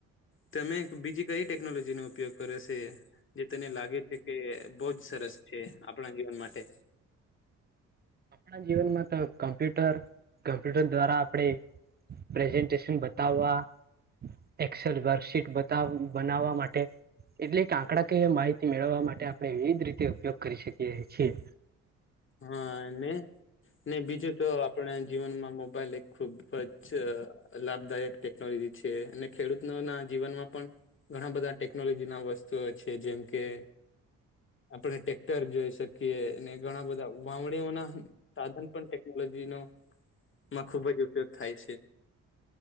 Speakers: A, on the left; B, on the right.
A: તમે બીજી કઈ ટેકનોલોજી નો ઉપયોગ કરો છે. જે તને લાગે છે, કે બહુ જ સરસ છે આપણા જીવન માટે
B: આપણા જીવનમા, તો કમ્પ્યુટર કમ્પ્યુટર દ્વારા આપણે પ્રઝન્ટેશન બતાવવા એક્સેલ વર્કશીટ બતાવ બનાવવા માટે એટલે કે આંકડા ક માહિતી મેળવવા માટે આપણે વિવિધ રીતે ઉપયોગ કરી શકીએ છીએ.
A: હા ને ને બીજુ તો આપણા જીવનમાં મોબાઈલ એક ખુબજ લાભદાયક ટેકનોલોજી છે, અને ખેડૂત ના જીવનમાં પણ ઘણા બધા ટેકનોલોજી ના વસ્તુઓ છે, જેમ કે આપડણે ટેક્ટર જોઈ શકીએ ઘણા બધા વાવણીઓ ના સાધન પણ ટેકનોલોજી નો માં ખુબ જ ઉપયોગ થાય છે,